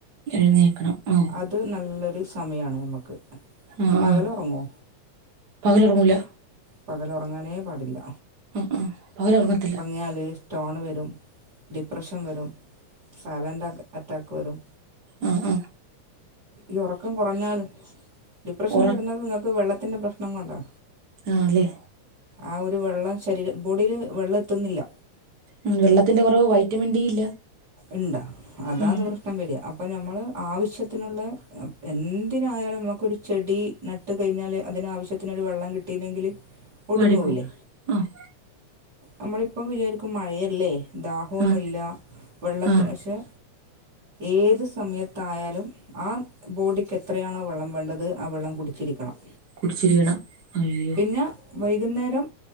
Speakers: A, on the right; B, on the right.
A: എഴുന്നേൽക്കണം ആഹ്
B: അത് നല്ലൊരു സമയാണ് നമുക്ക്
A: ആഹ് ആഹ്
B: പകല ഉറങ്ങോ
A: പകലുറങ്ങൂല
B: പകല ഉറങ്ങാനേ പാടില്ല
A: ഉം ഉം പകന ഉറങ്ങത്തില്ല
B: കഴിഞ്ഞാൽ സ്റ്റോൺ വരും ഡിപ്രഷൻ വരും സൈലൻറ് അറ്റാക്ക് വരും
A: ഉം ഉം
B: ഈ ഉറക്കം കുറഞ്ഞാൽ ഡിപ്രഷൻ
A: ഉറ
B: വരുന്നത് നിങ്ങൾക്ക് വെള്ളത്തിൻ്റെ പ്രശ്നം പ്രഷ്ണം കൊണ്ടോ
A: ആല്ലേ
B: ആ ഒരു വെള്ളം ശ ബോഡിയില് വെള്ളം എത്തുന്നില്ല
A: ഉം വെള്ളത്തിന്റെ കുറവ് വൈറ്റമിൻ ഡി ഇല്ല
B: ഇണ്ടാ അതാന്ന്
A: ഉം
B: പ്രശ്നം ഇഷൻ വരിക അപ്പോം നമ്മൾ ആവശ്യത്തിനുള്ള എന്തിനായാലും നമുക്കൊരു ചെടി നട്ട് കഴിഞ്ഞാൽ അതിന ആവശ്യത്തിനൊരു വെള്ളം കിട്ടിയില്ലെങ്കിൽ പൊട്ടിഞ്ഞു
A: വാടിപ്പോവും
B: പോകില്ലേ
A: ആഹ്
B: നമ്മളിപ്പം വിചാരിക്കും മഴയല്ലേ ദാഹമൊന്നുമില്ല
A: ആഹ്
B: വെള്ളത്തി
A: ആഹ്
B: പക്ഷെ ഏത് സമയത്തായാലും ആ ബോഡിക്ക് എത്രയാണോ വെള്ളം വേണ്ടത് ആ വെള്ളം കുടിച്ചിരിക്കണം
A: കുടിച്ചിരിക്കണം അയ്യോ
B: പിന്നെ വൈകുന്നേരം